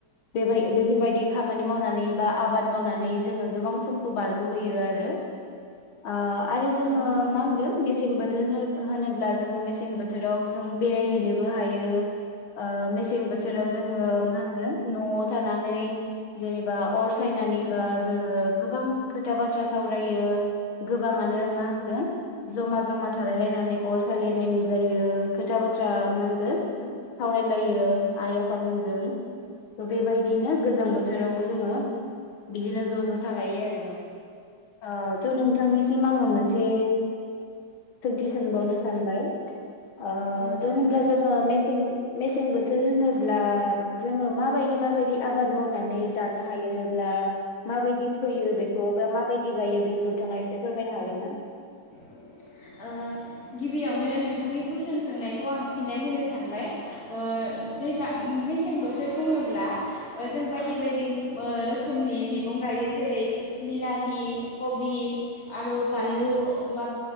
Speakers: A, on the left (about 80°); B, on the left (about 45°).
A: बेबाय बेफोरबायदि खामानि मावनानै बा आबाद मावनानै जोङो गोबां समखौ बारगहोयो आरो। ओ आरो जोङो
B: औ नोंथां
A: मा होनगोन मेसें बोथोर होन होनोब ब्ला जोङो मेसें बोथोराव जों बेरायहैनोबो हायो ओ मेस सें बोथोराव
B: औ
A: जोङो मा होनगोन नआव थानानै जेनेबा अर साइनानै
B: औ
A: बा जोङो गोबां खोथा बाथ्रा सावरायो गोबाङानो मा होनगोन जमा जमा थालाय लायनानै अर सायलायलायनाय जायो खोथा बाथ्रा मा होनगोन सावरायलायो आइ आफा मोन जों थ बेबायदिनो गोजां बोथोरावबो जोङो। बिदिनो ज ज थालायो आरो ना ओ थ
B: औ
A: नोंथांनिसिम
B: नोंथां
A: आङो मोनसे सोंथि सोंबावनो सा ओ
B: अ
A: थ
B: सों
A: होनब्ला
B: नोंथां
A: जोङो मेसें मेसें बोथोर होनोब्ला जोङो माबायदि माबायदि आबाद मावनानै जानो हायोब्ला। माबायदि फैयो बेखौ बा माबायदि गायो बेखौ नोंथाङा एसे फोरमायनो हागोन ना? <inaudible>
B: ओ गिबियावनो नोंथांनि कुइसन सोंनायखौ आं फिननाय होनो सानबाय ओ दैज्ला मेसें मेसें बोथोर बुङोब्ला ओ जों बायदि बायदि मो रोखोमनि मैगं गायो जेरै बिलाहि कबि। आरो बानलु बा